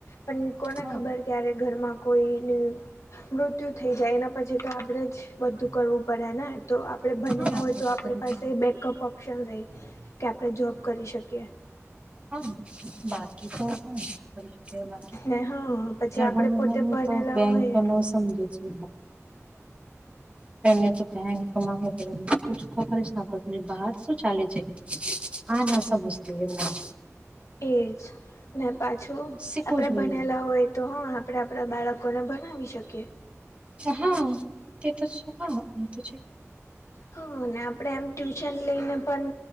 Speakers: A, on the left (about 70°); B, on the right (about 25°).
A: પણ કોને
B: હા
A: ખબર ક્યારે ઘરમાં કોઈ ન મૃત્યુ થઈ જાય એના પછી, તો આપણેે જ બધું કરવું પડે ને તો આપણે બનેલા
B: હા
A: હોય તો આપણી
B: હા
A: પાસે બેકઅપ ઓપ્શન રહી, કે આપણે જોબ કરી શકીએ
B: હા, બાકી તો હ બા
A: ને હા પછી આપણે
B: બ
A: પોતે
B: હોય
A: ભણેલા
B: તો બેંક
A: હોય
B: ન સમજે છે. ને તો બંકમાં ખબર બહાર શું ચાલે છે, આ ના સમજત એમ ના
A: એ જ ને પાછું
B: શીખવું
A: આપણે
B: જોઈએ
A: બનેલા હોય તો હં આપણે આપણા બાળકોને ભનાવી શકીએ
B: હા તે તો હા, તો
A: હ, અને આપણે એમ ટ્યુશન લઈને પણ